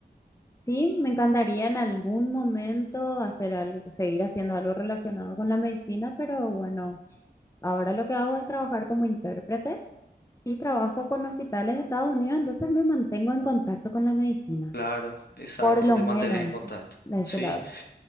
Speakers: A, on the left; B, on the left.
A: Sí, me encantaría en algún momento hacer algo, seguir haciendo algo relacionado con la medicina, pero bueno, ahora lo que hago es trabajar como intérprete y trabajo con hospitales de Estados Unidos, entonces me mantengo en contacto con la medicina,
B: Claro, exacto,
A: por lo
B: te
A: menos
B: mantenés en contacto.
A: de ese
B: Sí,
A: lado.